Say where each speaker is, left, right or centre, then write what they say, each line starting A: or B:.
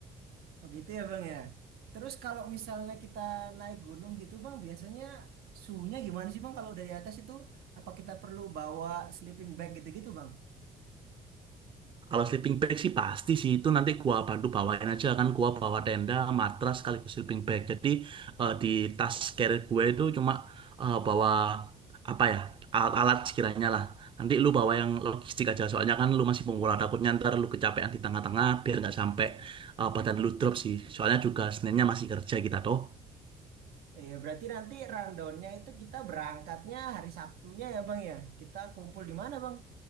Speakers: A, on the right; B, on the right.
A: Oh gitu ya bang ya. Terus kalau misalnya kita naik gunung gitu bang, biasanya suhunya gimana sih bang kalau dari atas itu? Apa kita perlu bawa sleeping bag gitu-gitu bang?
B: Kalau sleeping bag sih pasti sih itu nanti gua bantu bawain aja kan gua bawa tenda, matras sekaligus sleeping bag. Jadi eh, di tas carrier gue itu cuma eh, bawa apa ya alat-alat sekiranya lah. Nanti lu bawa yang logistik aja soalnya kan lu masih pemula takutnya ntar lu kecapean di tengah-tengah biar nggak sampai eh, badan lu drop sih. Soalnya juga sebenarnya masih kerja kita toh.
A: Iya berarti nanti rundownnya itu kita berangkatnya hari Sabtunya ya bang ya. Kita kumpul di mana bang?